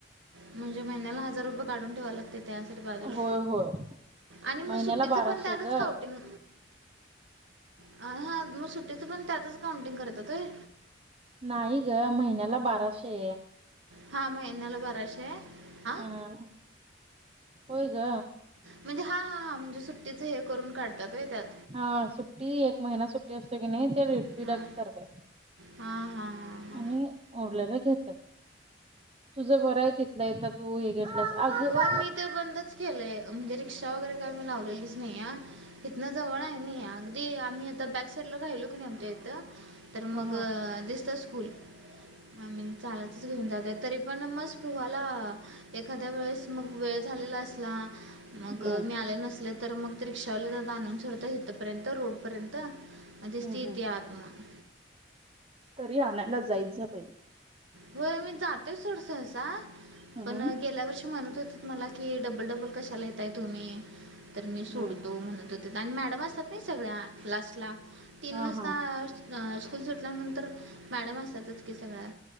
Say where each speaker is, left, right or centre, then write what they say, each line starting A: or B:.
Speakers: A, on the right (about 70°); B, on the right (about 30°).
A: म्हणजे महिन्याला हजार रुपये काढून ठेवाय लागतय. त्यासाठी बाजूला
B: होय होय
A: आणि मग
B: महिन्याला
A: सुट्टीच
B: बाराशे
A: पण त्यातच
B: ग
A: काउंटिंग अ हा मग सुटीच पण त्यातच काउंटिंग करतात होय.
B: नाही ग महिन्याला बाराशे.
A: हा महिन्याला बाराशे. हां
B: हा. होय ग.
A: म्हणजे हा हा म्हणजे सुट्टीचं हे करून काढ. काढत्यात त्यात होय त्यात.
B: हा सुट्टी एक महिना सुट्टी असते कनी त्यात तर डिडक्ट
A: हां
B: करतात.
A: हां हां हां हां
B: आणि ओरलेला घेतात तुझ बरं आहे, तिथल्या तिथं तू घेतलंस अग
A: हो
B: अ
A: मी ते बंदच केलंय म्हणजे रिक्षा वगैरे काय मी लावलेलीच नाही हाय. इथन जवळ आहे ना अगदी आम्ही आता बॅक साईड ला राहिलो की नाही आमच्या इथं. तर
B: हा
A: मग
B: हा
A: दिसतस. फुल आणि चालतच घेऊन जात्यात तरी पण मग स्पृहाला एखाद्या वेळेस. मग वेळ झालेला असला. मग
B: हम्म
A: मी आले नसले तर मग ते रिक्षावाले ज आणून सोडतात. इथपर्यंत रोडपर्यंत. आणि तिचं
B: हम्म
A: ती येते
B: हम्म
A: आत मग.
B: तरी आणायला जाईच बाई.
A: हो मी जातोय सोड सहसा.
B: हम्म
A: पण गेल्या वर्षी म्हणत होतो. मला कि डबल, डबल कशाला येताय तुम्ही. तर मी सोडतो
B: हम्म
A: म्हनून. आणि मॅडम असतात ना सगळ्या लास्टला. तीन
B: हा
A: वाजता.
B: हा
A: अ स्कूल सुटल्यानंतर मॅडम असतातच की सगळ्या.